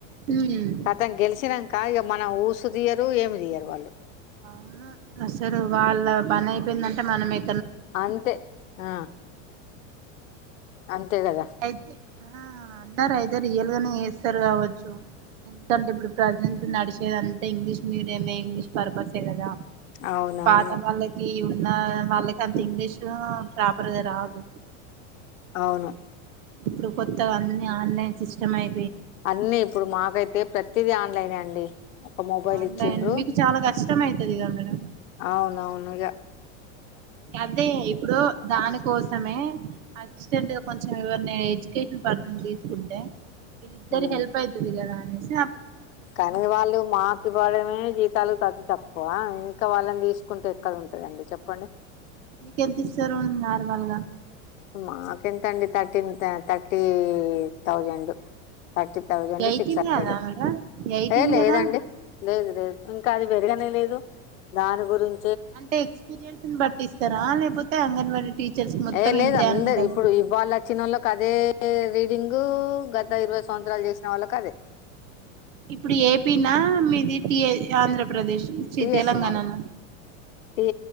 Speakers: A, on the right (about 75°); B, on the left (about 80°).
A: ఉమ్
B: కతం గెల్సినంకా ఇగ మన ఊసు తియ్యరు ఏమి తీయ్యరు వాళ్ళు
A: అవును అసలు వాళ్ళ పని అయిపోయిందంటే మనం ఎ
B: అంతే ఆ అంతే కదా
A: అయితే ఆ అందరయితే రియల్ గానే చేస్తారు కావచ్చు ఎందుకంటే ఇప్పుడు ప్రజెంట్ నడిచేది అంత ఇంగ్లీష్ మీడియమే ఇంగ్లీష్ పర్పసే కదా
B: అవునవును
A: పాత వాళ్ళకి న్న వాళ్ళ కాంత ఇంగ్లీష్ ర్గా ప్రాపర్ఘ రాదు
B: అవును
A: ఇప్పుడు కొత్తగా అన్ని ఆన్లైన్ సిస్టమ్ అయి
B: అన్నీ ఇప్పుడు మాకైతే ప్రతిదీ ఆన్లైనే అండి ఒక మొబైల్
A: ఆన్లైన్
B: ఇచ్చిండ్రు
A: మీకు చాలా కష్టం అయితది కదా మేడం
B: అవునవును ఇగ
A: అదే ఇప్పుడు దానికోసమే అసిస్టెంట్ గా కొం ం ఎవరిని ఎడ్యుకేషన్ పర్సన్ తీసుకుంటే విల్లిద్దరి
B: ఉమ్,
A: హెల్ప్ అయితది కదా అని మెస్
B: కానీ వాళ్ళు మాకు ఇవ్వడమే జీతాలు కష్టం త ఆ ఇంకా వాళ్ళని తీసుకుంటే ఎక్కడ ఉంటదండి చెప్పండి
A: మీకేంతిస్తారు నార్మల్గా
B: మాకెంతండి thirteen thirty thousand thirty thousand
A: eighteen
B: six హండ్రెడ్
A: కదా మేడం ఎయిటీన్
B: ఏ లేదండి
A: కదా
B: లేదు లేదు ఇంకా అది పెరుగనే లేదు దాని గురిం
A: అంటే ఎక్స్పీరియన్స్ పట్టిస్తారా లేకపోతే అంగన్వాడీ టీచర్స్ మొత్తం
B: ఏ లేదు
A: ఇంతే
B: అందరు
A: అని ఉంటదా
B: ఇప్పుడు ఇవ్వలోచ్చినోళ్లకు అదే దే రీడింగు గత ఇరవై సంవత్సరాలు చేసిన వాళ్ళకు అదే
A: ఇప్పుడు ఏపీనా మీది టీ ఆంధ్రప్రదేశ్ చి
B: టీ
A: తెలంగాణనా
B: ఎస్ మది టీ